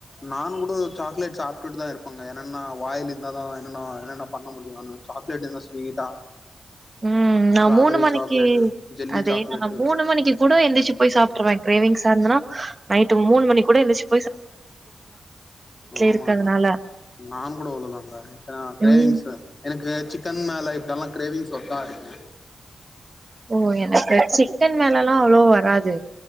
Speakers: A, on the left; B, on the right.
A: நானு கூட சாக்லேட் சாப்டுட்டு தா இருப்பேங்க என்னனா வாயிலு என்ன தா என்னனா என்னென்ன பண்ண முடியூனு சாக்லேட் என்ன ஸ்வீட்டா
B: உம்
A: ஸ்ட்ராபெரி
B: நா மூணு மணிக்கி
A: சாக்லேட்டு ஜெல்லி
B: அதே
A: சாக்லேட்டு
B: தா மூணு மணிக்கி கூட எந்துர்ச்சு போயி சாப்ட்டுருவே கிரேவிங்ஸா இருந்தனா நைட்டு மூணு மணி கூட எந்துர்ச்சி
A: ஆமாங்க
B: இருக்கறதுனால
A: நானு கூட அவ்ளோவு தாங்க ஏன்னா கிரேவிங்ஸ்
B: ம்
A: எனக்கு சிக்கன் சிக்கன் மேல இப்பல்லா கிரேவிங்ஸ் ஒர்த்தாருக்கு
B: ஓ எனக்கு சிக்கல் மேலல்லா அவ்ளோ வராது